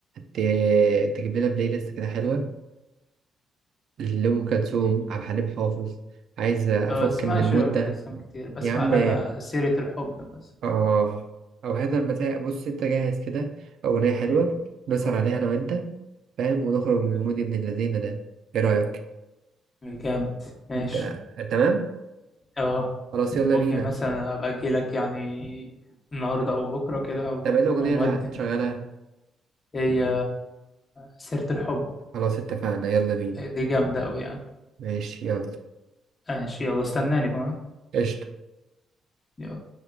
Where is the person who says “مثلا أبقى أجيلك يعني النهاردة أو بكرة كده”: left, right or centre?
Left